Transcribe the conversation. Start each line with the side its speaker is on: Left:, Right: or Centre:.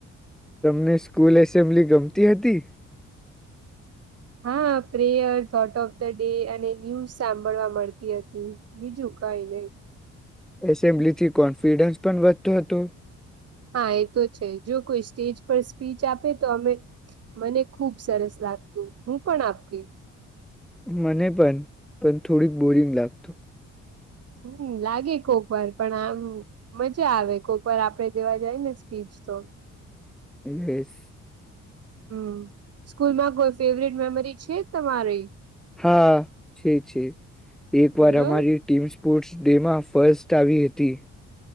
Centre: તમને સ્કૂલ એસેમ્બલી ગમતી હતી
Right: હા prayer thought of the day અને ન્યુઝ સાંભળવા મળતી હતી બીજું કઈ નને
Centre: એસેમ્બ્લી થી કોન્ફિડન્સ પણ વધતો હતો
Right: હા એ તો છે જો કોઈ સ્ટેજ પર સ્પીચ આપે તો અમે મને ખુબ સરસ લાગતું હું પણ આપતી
Centre: મને પણ પણ થોડીક બોરિંગ લાગતું
Right: હમ લાગે કોક વાર પણ આમ મજા આવે કોક વાર આપડે દેવા જાય ને સ્પીજ તો.
Centre: યસ.
Right: હમ સ્કૂલમાં કોઈ ફેવરેટ મેમરી છે તમારી?
Centre: હા છે છે, એક વાર
Right: બોલો
Centre: અમારી ટીમ સ્પોર્ટ્સ ડેમાં ફર્સ્ટ આવી હતી.